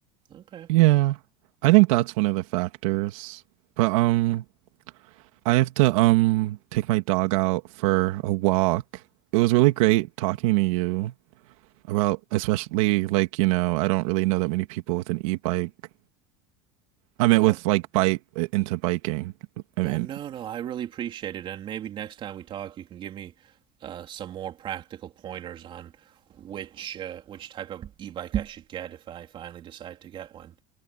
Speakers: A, on the right; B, on the right.
A: okay,
B: yeah. I think that's one of the factors. But um I have to um take my dog out for a walk. It was really great talking to you about especially like, you know, I don't really know that many people with an e-bike. I mean
A: yeah,
B: with like bike into biking. I
A: yeah,
B: mean,
A: no, no, I really appreciate it, and maybe next time we talk, you can give me uh, some more practical pointers on which uh, which type of e-bike I should get if I finally decide to get one.